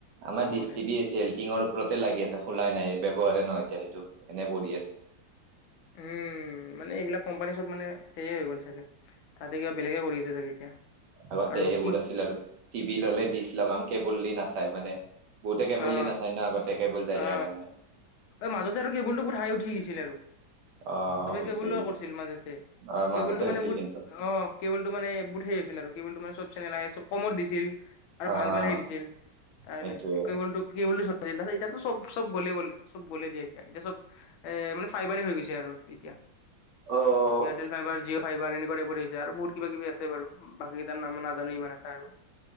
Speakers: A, on the right; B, on the left.
A: আমাৰ
B: ক'ব
A: দিশ
B: গ'লে
A: টিভি আছে এলল্টিঙৰ ওপৰতে লাগি আছে। খোলাই নাই ব্যৱহাৰে নহয় এতিয়া সেইটো এনে পৰি আছে।
B: উম মানে এইবিলাক কোম্পানী চোম্পানি মানে হেয়ে হৈ গ'ল চাগে। তাতে কিবা বেলেগে কৰি আছে চাগে এতিয়া
A: আগতে
B: আৰু
A: এইবোৰ
B: কি
A: আছিল আৰু টিভি ললে ডিছ লগাম কে বুল দি নাচায় মানে, বহুতে কেবুল
B: অ
A: দি নাচায় ন আগতে। কেবুল যাই
B: অ
A: থাকে কাৰণে
B: এই মাজতে আৰু কেবুলটো বহুত হাই উঠি গৈছিলে আৰু।
A: আহ
B: চবে
A: হৈছিল
B: কেবুল লোৱা কৰিছিল মাজেতে।
A: আহ
B: কেবুলটো
A: মাজতে হৈছিল
B: মানে বহুত
A: কিন্তু
B: অ কেবুলটো মানে বহুত সেইৰি আছিল আৰু কেবুলটো মানে চব চেনেল আহে চব কমত দিছিল। আৰু
A: আহ
B: ভাল ভাল হেৰি দিছিল তাৰ
A: সেইটোয়ে।
B: কেবুলটো কেবুলটো চলিছিল। এতিয়াতো চব চব গলে গলে চব গ'লে দিয়া এতিয়া, এতিয়া চব এ মানে ফাইবাৰে হৈ গৈছে আৰু এতিয়া।
A: অ'।
B: এয়াৰটেল ফাইভাৰ জিঅ' ফাইবাৰ এনেকুৱা টাইপৰ আহিছে আৰু বহুত কিবা কিবি আছে বাৰু বাকি নাম নাজানো ইমান এটা আৰু।